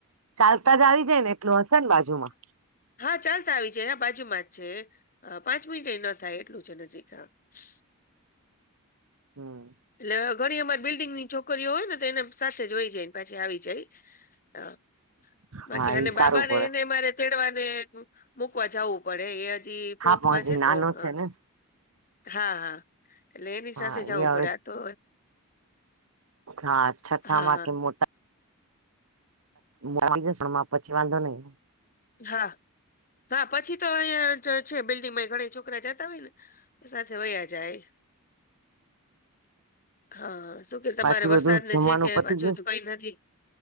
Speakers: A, on the right; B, on the left.
A: ચાલતા જ આવી જાય ને એટલું હશે ને બાજુમાં
B: હા ચાલતા આવી જાય એના બાજુમાં જ છે પાંચ મિનિટ ન થાય એટલું છે, નજીક હા હ
A: હમ
B: એટલે ઘણી અમારી બિલ્ડિંગની છોકરીઓ હોય ને તો એને સાથે જ વહી જાયને પાછી આવી જાય. હા બાકી
A: હા
B: અને
A: એ સારું
B: બાબાને
A: પડે
B: એને મારે તેડવાને મૂકવા જવું પડે એ હજી ફોર્થમાં
A: હા પણ હજી
B: છે,
A: નાનો
B: તો હ
A: છે ને
B: હા હા એટલે એની
A: હા
B: સાથે
A: એ
B: જવું
A: હવે
B: પડે તો
A: હા, છઠ્ઠામાં
B: હા હા
A: કે મોટા બ મો જ પછી વાંધો નહી
B: હા હા પછી તો અહીંયા છે, બિલ્ડિંગમાં ઘણી ચોખ છોકરા જતા હોય ને તો સાથે વયા જાય. હા શું કે તમારે
A: બાકી બધું
B: વરસાદને
A: જમવાનું
B: છે કે
A: પતી
B: પાછું
A: ગયું
B: તો કઈ નથી.